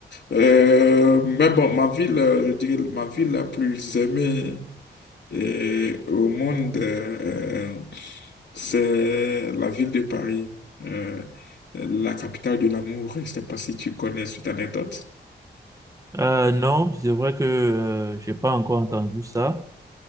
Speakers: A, on the left; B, on the right.
A: Euh, mais bon, ma ville, euh, je dirais, ma ville la plus aimée euh, au monde, euh, euh, c'est la ville de Paris, euh, la capitale de l'amour. Je ne sais pas si tu connais cette anecdote.
B: Euh, non, c'est vrai que euh, j'ai pas encore entendu ça,